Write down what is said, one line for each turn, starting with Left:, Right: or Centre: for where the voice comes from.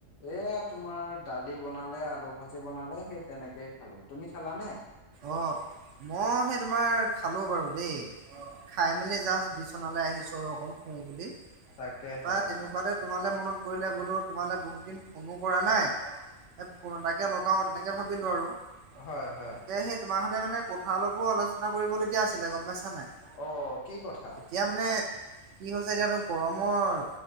Left: এয়া তোমাৰ দালি বনালে আলু ভাজি বনালে সেই তেনেকেই খালো তুমি খালা নাই
Right: অ মই সেই তোমাৰ খালো বাৰু দেই অ খাই মেলি জাষ্ট বিচনালে আহিছো আৰু অকন শুও বুলি তাৰপৰা
Left: তাকেহে
Right: তেনেকুৱাতে
Left: অ
Right: তোমালে মনত পৰিলে বোলো তোমালৈ বহুত দিন ফোনো কৰা নাই অ ফোন এটাকে লগাও তেনেকে ভাবিলো আৰু
Left: হয় হয়
Right: তাকে সেই তোমাৰ সৈতে মানে কথা অলপো আলোচনা কৰিবলগীয়া আছিলে গম পাইছা নাই
Left: অ কি কথা
Right: এতিয়া মানে কি হৈছে এতিয়াতো গৰমৰ